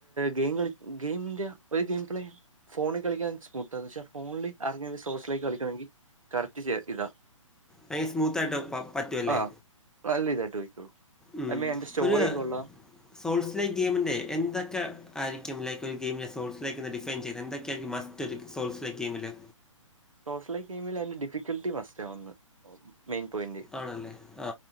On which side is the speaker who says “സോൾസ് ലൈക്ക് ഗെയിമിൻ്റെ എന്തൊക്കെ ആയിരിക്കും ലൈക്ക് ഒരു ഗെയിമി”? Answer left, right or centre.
Centre